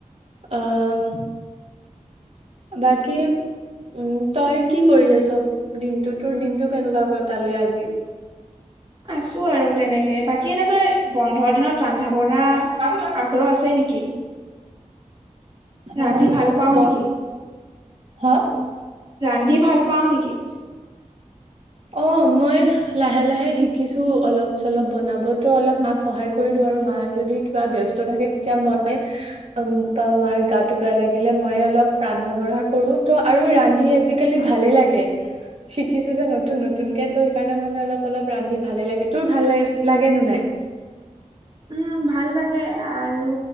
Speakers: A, on the right; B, on the right.
A: আহ বাকী? উম, তই কি কৰি আছ দিনটো তোৰ দিনটো কেনেকুৱা কটালে আজি?
B: আছো আৰু তেনেকে, বাকী এনে তই বন্ধৰ দিনত ৰন্ধা বঢ়া
A: চাউল
B: আগ্ৰহ আছে নেকি? ৰান্ধি
A: আৰু
B: ভাল পাও
A: ব
B: নেকি?
A: হা <unintelligible>
B: ৰান্ধি ভাল পাৱ নেকি?
A: অ' মই লাহে লাহে শিকিছো অলপ চলপ বনাব। টো অলপ মাক সহায় কৰি দিওঁ আৰু, মা যদি কিবা ব্যস্ত থাকে তেতিয়া মই বা মাৰ গাটো বেয়া লাগিলে মই অলপ ৰন্ধা বঢ়া কৰো, ত আৰু ৰান্ধি আজি কালি ভালে লাগে, শিকিছো যে ন নতুনকে তো সেইকাৰণে মানে অলপ অলপ ৰান্ধি ভালে লাগে, তোৰ ভাল ল লাগে নে নাই?
B: উম ভাল লাগে আৰু